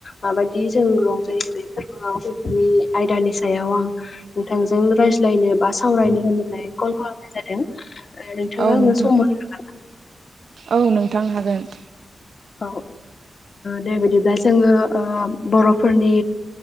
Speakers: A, on the left; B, on the right.
A: माबायदि जों रंजायो बे फोरबोआव बेफोरनि आयदानि सायाव आं नोंथांजों रायज्लायनो बा सावरायनो होननानै कल खालामनाय जादों। ओ नोंथाङा
B: औ
A: आंनो
B: नोंथां
A: सम होनो हागोन
B: औ नोंथां हागोन।
A: औ दे बिदिब्ला जोङो बर'फोरनि